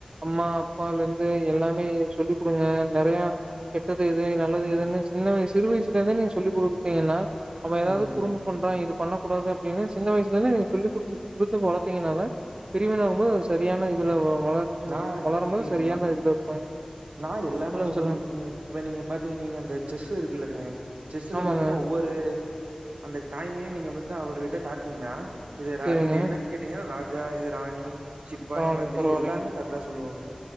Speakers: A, on the right (about 40°); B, on the right (about 85°).
A: அம்மா அப்பாலருந்து எல்லாமே சொல்லி குடுங்க நறைய கெட்டது எது நல்லது எதுன்னு சின்ன வய சிறுயசுல இருந்தே நீங்க சொல்லிக் குடுக்தீங்கன்னா அவ ஏதாவ்து
B: ம்.
A: குரும்பு பண்றா இது பண்ணக்க கூடாது அப்டின்னு சின்ன வயசுலருந்து நீ சொல்லி சொல்லிக்குடுத்து வள்த்திங்கன்னாதா பெரியவன ஆகும்போது சரியான இதுலள
B: நான்
A: ம் வளரும்போது
B: ம்
A: சரியான இதுல இருப்பாங்க
B: நா எல்லாமே
A: சொல்லுங்க
B: சொல்லிக்குடுதுருக்கேங்க
A: சொல்லுங்க
B: இப்ப நீங்க பாத்திங்க நீங்க அந்த செஸ் இருக்குல்லங்க செஸ்சுல
A: ஆமாங்க
B: பாத்தீன்னா ஒவ்வொரு அந்த காயினையு நீங்க வந்து அவர்கிட்ட காட்னீங்கன்னா இது ரா
A: சேரிங்க
B: இது என்னன்னு கேட்டீங்கன்னா ராஜா இது ராணி சிப்பாய்
A: பரவால்லைங்க
B: மந்திரி
A: பரவால்லைங்க
B: எல்லாமே கரெக் ட்டா சொல்லுவாங்க